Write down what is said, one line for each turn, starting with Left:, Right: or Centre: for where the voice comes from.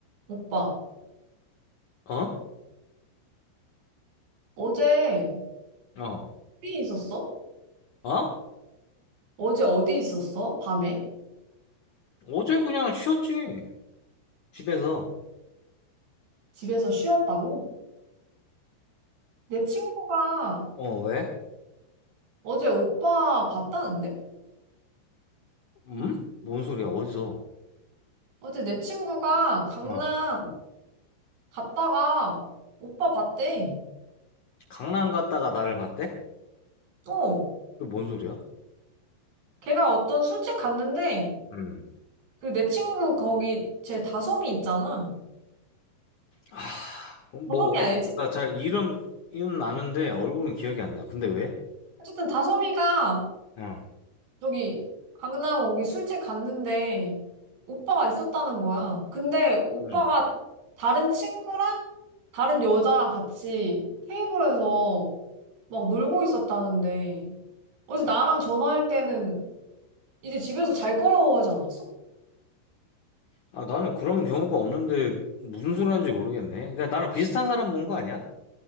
Right: 오빠,
Left: 어?
Right: 어제
Left: 어?
Right: 어디 있었어?
Left: 어?
Right: 어제 어디 있었어? 밤에?
Left: 어제 그냥 쉬었지. 집에서.
Right: 집에서 쉬었다고? 내 친구가
Left: 어, 왜?
Right: 어제 오빠 봤다는데?
Left: 음? 뭔 소리야? 어디서?
Right: 어제 내 친구가 강남
Left: 어.
Right: 갔다가 오빠 봤대.
Left: 강남 갔다가 나를 봤대?
Right: 어,
Left: 그 뭔 소리야?
Right: 걔가 어떤 술집 갔는데
Left: 음.
Right: 그 내 친구 거기 제 다솜이 있잖아.
Left: 아, 뭐,
Right: 다솜이 알지?
Left: 나 잘 이름, 이름 아는데 얼굴은 기억이 안 나. 근데 왜?
Right: 어쨌든 다솜이가
Left: 응.
Right: 저기 강남 거기 술집 갔는데 오빠가 있었다는 거야. 근데 오빠가
Left: 음.
Right: 다른 친구랑 다른 여자랑 같이 테이블에서 막 놀고 있었다는데 어제 나랑 전화할 때는 이제 집에서 잘 거라고 하지 않았어?
Left: 아, 나는 그런 경우가 없는데 무슨 소리 하는지 모르겠네. 그러니까 나랑 비슷한 사람 본 거 아니야?